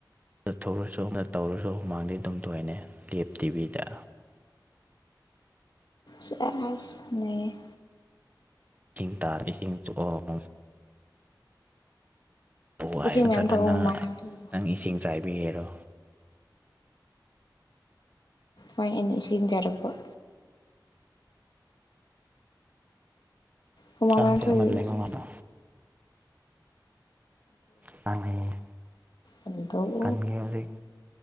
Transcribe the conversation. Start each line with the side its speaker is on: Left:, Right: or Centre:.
Right: ꯊꯣꯛꯂꯁꯨ ꯅꯇꯧꯔꯁꯨ ꯍꯨꯃꯥꯡꯗꯤ ꯑꯗꯨꯝ ꯊꯣꯛꯑꯦꯅꯦ ꯂꯦꯞ ꯇꯤꯕꯤꯗ
Left: ꯁꯦꯁ ꯅꯩꯌꯦ
Right: ꯆꯤꯡ ꯇꯥ ꯏꯁꯤꯡ ꯆꯣꯡ <unintelligible>
Left: ꯏꯁꯤꯡ ꯃꯌꯥꯝ
Right: ꯇ꯭ꯔꯒꯅ
Left: ꯊꯛꯑꯣ ꯍꯨꯃꯥꯡ ꯃꯌꯥꯝ ꯊꯣꯛꯄꯗꯣ
Right: ꯅꯪ ꯏꯁꯤꯡ ꯆꯥꯏꯕꯤꯒꯦꯔꯣ
Left: ꯍꯣꯏ ꯑꯩꯅ ꯏꯁꯤꯡꯖꯔꯛꯄ ꯍꯨꯃꯥꯡ
Right: ꯀꯥꯡꯁꯦ
Left: ꯃꯌꯥꯝ ꯊꯣꯛꯏꯁꯦ
Right: ꯑꯃꯗ ꯂꯩꯕ
Left: ꯏꯁꯤꯡ
Right: ꯃꯟꯕ ꯀꯥꯡ ꯂꯩꯌꯦ
Left: ꯑꯟꯘꯧ
Right: ꯀꯟꯒꯦ ꯍꯧꯖꯤꯛ